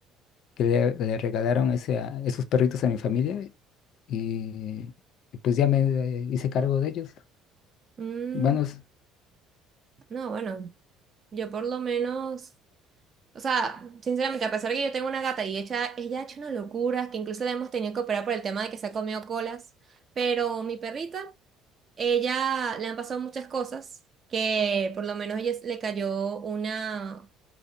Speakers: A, on the left; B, on the right.
A: que le, le regalaron ese, a- esos perritos a mi familia y, y pues ya me eh, hice cargo de ellos.
B: Mm,
A: Bueno, es-
B: no, bueno, yo por lo menos, o sea, sinceramente, a pesar de que yo tengo una gata y ella, ella ha hecho una locura, que incluso la hemos tenido que operar por el tema de que se ha comido colas, pero mi perrita, ella le han pasado muchas cosas, que por lo menos ella le cayó una,